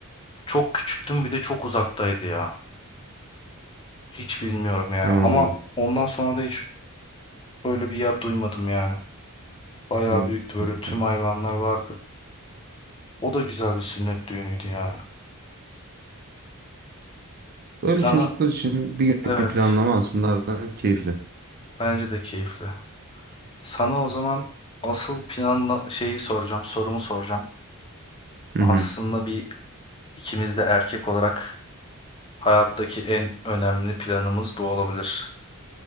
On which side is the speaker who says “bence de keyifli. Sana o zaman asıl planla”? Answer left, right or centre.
Left